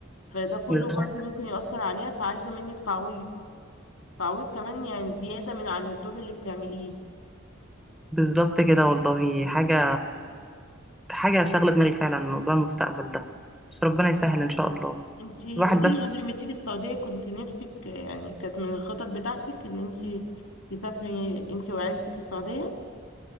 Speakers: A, on the left; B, in the centre.
A: فده كله
B: بالظبط
A: برضه ممكن يأثر عليها فعايزة منك تعويض تعويض كمان يعني زيادة من عن الدور اللي بتعمليه
B: بالظبط كده والله حاجة حاجة شاغلة دماغي فعلا موضوع المستقبل ده بس ربنا يسهل إن شاء الله
A: انتي
B: الواحد
A: قوليلي
B: بس
A: قبل ما تيجي السعودية كنت نفسك يعني كانت من الخطط بتاعتك ان انتي تسافري انتي وعيلتك السعودية